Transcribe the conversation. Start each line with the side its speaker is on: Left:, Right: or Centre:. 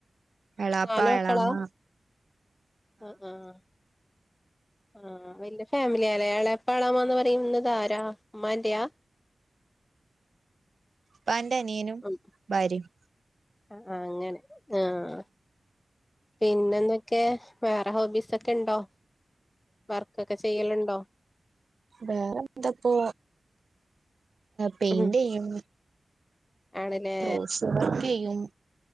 Right: എളാപ്പ
Left: നല് മക്കളാ
Right: എളാമ്മ
Left: ആഹ് ആഹ് ആഹ് വല്യയ ഫാമിലിയാലേ എളപ്പാ എളാമന്ന് പറയുന്നത് ആരാ? ഉമ്മാന്റെയാ.
Right: പ എന്റെ അനിയനും
Left: യി
Right: ഭാര്യയും
Left: അഹ്‌ ആഹ് അങ്ങനെ ആഹ് പിന്നന്തക്കെ വേറെ ഹോബീസ് ഒക്കെ ഉണ്ടോ? വർക്കൊക്കെ ചെ ചെയ്യലുണ്ടോ?
Right: വേറെ എന്തപ്പോ പെയിന്റ്
Left: ഉം
Right: ചെയ്യും
Left: ആണ്ലേ
Right: ക്രോസ് വർക്കെയും.